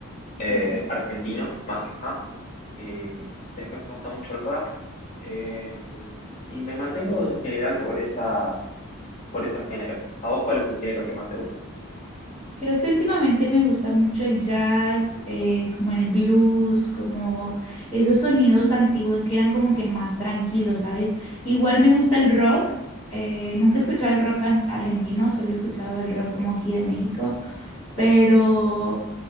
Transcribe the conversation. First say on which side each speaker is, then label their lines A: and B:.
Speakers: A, on the left; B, on the left.
A: eh,
B: Ok.
A: argentino, más que nada. Eh, después me gusta mucho el rap. eh, y me mantengo en general por esa, por esos géneros. ¿A vos cuál es el género que más te gusta?
B: Creo que últimamente me gusta mucho el jazz, eh, como el blues, como esos sonidos antiguos que eran como que más tranquilos, ¿sabes? Igual me gusta el rock. eh, nunca he escuchado el rock an- argentino, solo he escuchado el rock como aquí de México pero